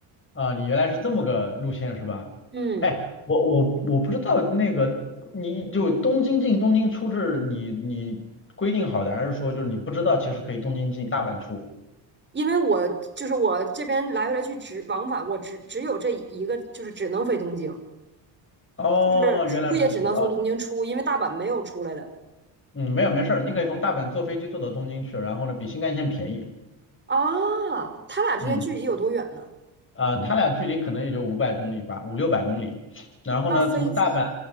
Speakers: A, on the left (about 25°); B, on the right (about 20°).
A: 啊，你原来是这么个路线是吧？
B: 嗯
A: 哎，我我我不知道那个，你就东京进东京出是你你规定好的，还是说就是你不知道其实可以东京进大阪出？
B: 因为我就是我这边来回来去只往返，我只只有这一个，就是只能飞东京，
A: 哦，
B: 就是出也只能从东京出，
A: 原来如此啊，
B: 因为大阪没有出来的
A: 嗯，没有没事儿，你可以从大阪坐飞机坐到东京去，然后呢比新干线便宜，
B: 啊。他俩之间距离有多远呢？
A: 嗯，啊、它俩距离可能也就五百公里吧，五六百公里，然后呢从大阪
B: 那飞机